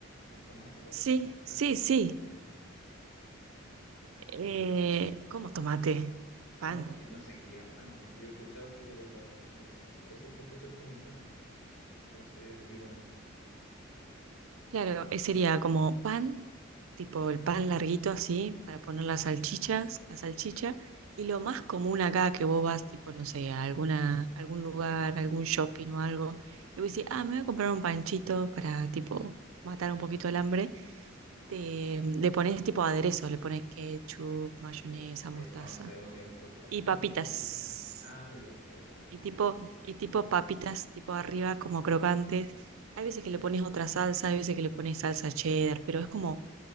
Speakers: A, on the left (about 50°); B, on the right (about 80°).
A: Es tomate igual
B: sí,
A: con salchicha.
B: sí, sí. Eh,
A: Eh,
B: ¿cómo tomate? Pan.
A: no, qui- no sé qué lleva el pancho. Yo he escuchado que los argentinos dicen, ah, pero si el completo es como un pancho. Entonces me quedo con eso.
B: Claro, eh, sería como pan, tipo el pan larguito así, para poner las salchichas, la salchicha. Y lo más común acá que vos vas, tipo, no sé, a alguna, algún lugar, algún shopping o algo, y vos decís, ah, me voy a comprar un panchito para, tipo, matar un poquito el hambre. Te, le pones, tipo, aderezo, le pones ketchup, mayonesa,
A: Eh, entonces
B: mostaza
A: es un hot dog
B: y
A: nomás
B: papitas.
A: y ustedes le dicen, ah, ya, ya las papitas.
B: Y tipo, y tipo papitas, tipo arriba, como crocantes. Hay veces que le pones otra salsa, hay veces que le pones salsa cheddar, pero es como